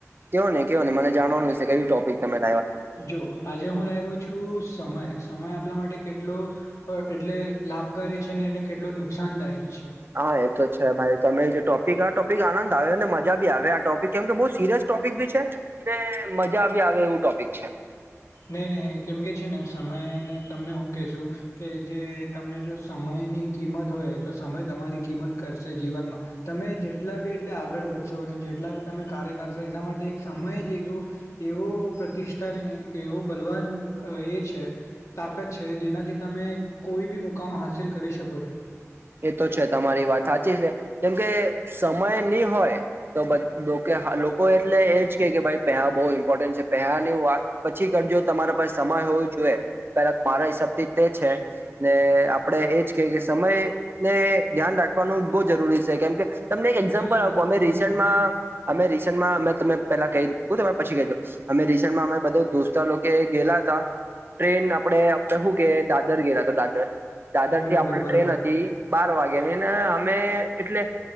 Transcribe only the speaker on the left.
જો આજે હું લાવ્યો છું સમય સમય આપલા માટે કેટલો એટલે લાભકારી છે અને એને કેટલો નુકસાનદાયક છે
નહી નહી કેમ કે છે ને સમયેને તમને હું કેશું કે જે તમને જો સમય ની કિંમત હોય તો સમય તમારી કિંમત કરશે જીવનમાં તમે જેટલા બી એટલે આગળ વધશો અને જેટલા બી તમે કાર્ય કરશો એના માટે એક સમય જેવો એવો પ્રતિષ્ઠાને એવો બલવાન એ છે તાકાત છે જેનાથી તમે કોઈ બી મુકામ હાસિલ કરી શકો છો
ને
આપણને
બરોબર
બરોબર